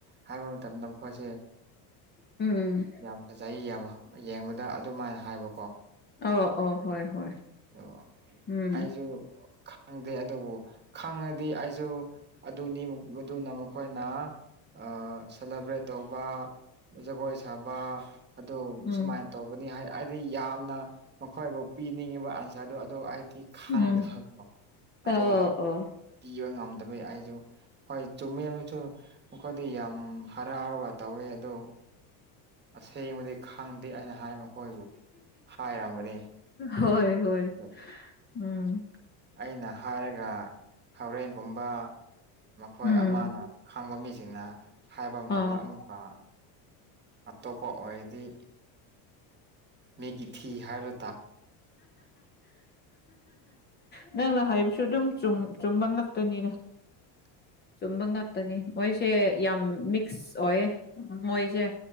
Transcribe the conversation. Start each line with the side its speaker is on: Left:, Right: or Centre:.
Right: ꯍꯥꯏꯕ ꯃꯇꯝꯗ ꯃꯈꫭꯏꯁꯦ
Left: ꯎꯝ
Right: ꯌꯥꯝ ꯐꯖꯩ ꯌꯥꯝ ꯌꯦꯡꯕꯗ ꯑꯗꯨꯃꯥꯏꯅ ꯍꯥꯏꯕ
Left: ꯑꯧ ꯑꯣ ꯍꯣꯏ ꯍꯣꯏ
Right: ꯑꯗꯣ
Left: ꯎꯝ
Right: ꯑꯩꯁꯨ ꯈꯪꯗꯦ ꯑꯗꯨꯕꯨ ꯈꯪꯉꯗꯤ ꯑꯩꯁꯨ ꯑꯗꯨꯅꯤ ꯃꯗꯨꯅ ꯃꯈꯣꯏꯅ ꯑꯥ ꯁꯦꯂꯦꯕ꯭ꯔꯦꯠ ꯇꯧꯕ ꯖꯒꯣꯏ ꯁꯥꯕ ꯑꯗꯨ
Left: ꯎꯝ
Right: ꯁꯨꯃꯥꯏꯅ ꯇꯧꯕꯅꯤ ꯍꯥꯏꯗꯤ ꯌꯥꯝꯅ ꯑꯣ ꯄꯤꯅꯤꯡꯉꯦꯕ ꯑꯁ ꯑꯗꯣ ꯑꯗꯣ ꯑꯩ ꯗꯤ ꯈꯥꯡꯗꯕꯀꯣ
Left: ꯎꯝ ꯑꯣ
Right: ꯑꯗꯣ
Left: ꯑꯣ
Right: ꯄꯤꯕ ꯉꯝ ꯩ ꯑꯩꯁꯨ ꯍꯣꯏ ꯆꯨꯝꯃꯦꯁꯨ ꯑꯩꯣꯏꯗꯤ ꯌꯥꯝ ꯍꯔꯥꯎꯔꯒ ꯇꯧꯋꯦ ꯑꯗꯨ ꯁꯦꯡꯕꯗꯤ ꯈꯪꯗꯦ ꯑꯩꯅ ꯍꯥꯏ ꯃꯈꯣꯏꯕꯨ ꯍꯥꯏꯔꯝꯕꯅꯤ
Left: ꯍꯣꯏ ꯍꯣꯏ
Right: ꯑꯗꯣ
Left: ꯎꯝ
Right: ꯑꯩꯅ ꯍꯥꯏꯔꯒ ꯍꯣꯔꯦꯟꯒꯨꯝꯕ ꯃꯈꯣꯏ
Left: ꯎꯝ
Right: ꯑꯃꯅ ꯈꯪꯕ ꯃꯤꯁꯤꯅ ꯍꯥꯏꯕ ꯃꯇꯝꯗ
Left: ꯑꯥ
Right: ꯑꯃꯨꯛꯀ ꯑꯇꯣꯞꯄ ꯑꯣꯏꯔꯗꯤ ꯃꯤꯒꯤꯤꯊꯤ ꯍꯥꯏꯔꯨ
Left: m ꯅꯪꯅ ꯍꯥꯏꯕꯁꯨ ꯑꯗꯨꯝ ꯆꯨꯝꯕ ꯉꯥꯛꯇꯅꯤꯗ
Right: <unintelligible>
Left: ꯆꯨꯝꯕ ꯉꯥꯛꯇꯅꯤ ꯃꯣꯏꯁꯦ ꯌꯥꯝ ꯃꯤꯛꯁ ꯑꯣꯏꯌꯦ ꯃꯣꯏꯁꯦ